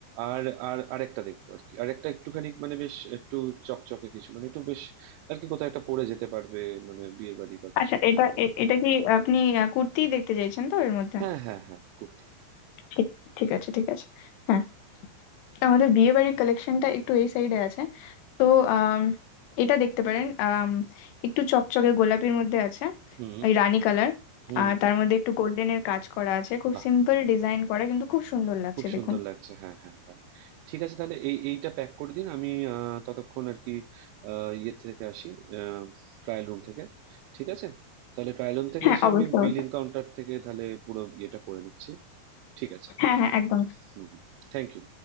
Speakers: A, on the right (about 85°); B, on the left (about 75°).
A: আর আর আরেকটা দেখবো আর কি আরেকটা একটুখানি মানে বেশ একটু চকচকে কিছু মানে একটু বেশ আর কি কোথাও একটা পরে যেতে পারবে মানে বিয়ের বাড়ি বা কিছু
B: আচ্ছা এটা
A: কাইন্ড অফ
B: এ- এটা কি আপনি আহ, কুর্তি দেখতে চাইছেন তো এর মধ্যে
A: হ্যাঁ হ্যাঁ হ্যাঁ কুর্তি
B: ঠিক ঠিক আছে ঠিক আছে হ্যাঁ আমাদের বিয়ে বাড়ির কালেকশনটা একটু এই সাইডে আছে তো আম, এটা দেখতে পারেন আম, একটু চকচকে গোলাপির মধ্যে আছে
A: হুম
B: ওই রানী কালার
A: হুম
B: আর তার মধ্যে একটু গোল্ডেনের কাজ করা আছে খুব
A: বাহ
B: সিম্পল ডিজাইন করা কিন্তু খুব সুন্দর লাগছে
A: খুব
B: দেখুন
A: সুন্দর লাগছে হ্যাঁ হ্যাঁ হ্যাঁ ঠিক আছে তাহলে এই এইটা প্যাক করে দিন আমি আহ, ততক্ষণ আর কি আহ, ইয়ে থেকে আসি ট্রায়াল রুম থেকে ঠিক আছে তাহলে ট্রায়াল রুম থেকে
B: হ্যাঁ
A: এসে
B: অবশ্যই
A: আমি বিলিং
B: অবশ্যই।
A: কাউন্টার থেকে তাহলে পুরো ইয়েটা করে নিচ্ছি ঠিক আছে
B: হ্যাঁ হ্যাঁ একদম
A: হুম হুম থ্যাংক ইউ